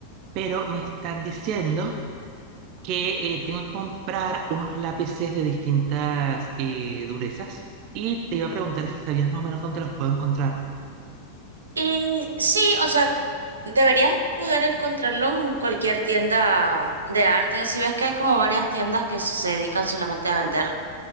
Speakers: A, on the right (about 40°); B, on the right (about 70°).
A: pero me están diciendo que eh, tengo que comprar unos lápices de distintas eh, durezas y te iba a preguntar si sabías más o menos dónde los puedo encontrar.
B: Y sí, o sea, deberías poder encontrarlo en cualquier tienda de arte. Si ves que hay como varias tiendas que se dedican solamente a vender